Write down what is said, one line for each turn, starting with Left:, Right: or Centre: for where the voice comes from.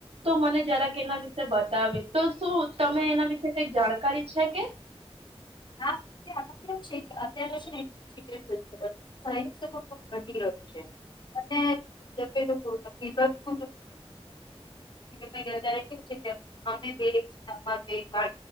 Right: તો મને જરાક એના વિશે બતાવે, તો શું તમે એના વિશે કઈક જાણકારી છે કે
Left: <inaudible> કેવું છે, અત્યારે છે ને <unintelligible> સાયન્સ ઘટી રહ્યું છે અને જેે <unintelligible> ગીધચ કેવું છે કે <unintelligible> અમે બે અમારા બે